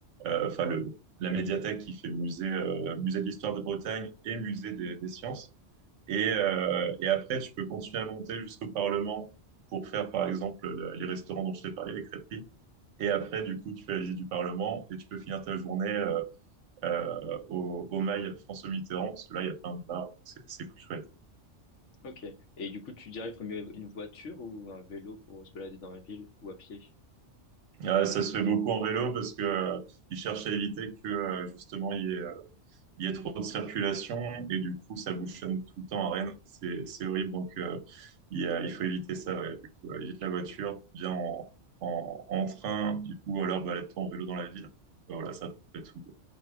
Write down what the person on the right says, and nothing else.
euh, enfin le, la médiathèque qui fait musée, euh, musée de l'histoire de Bretagne et musée des, des sciences. Et, euh, et après, tu peux continuer à monter jusqu'au Parlement pour faire, par exemple, la- les restaurants dont je t'ai parlé, les crêperies. Et après, du coup, tu fais la visite du Parlement et tu peux finir ta journée euh, euh, au, au mail François Mitterrand, parce que là, il y a plein de bars, c'est c'est plus chouette.
Euh, ça se fait beaucoup en vélo parce que euh, ils cherchent à éviter que euh, justement il y, ait, il y ait trop de circulation et du coup ça bouchonne tout le temps à Rennes. C'est c'est horrible, donc euh, il, y a- il faut éviter ça. ouais. Du coup, euh, évite la voiture, viens en, en, en train ou alors balade-toi en vélo dans la ville. Voilà, ça à peu près tout.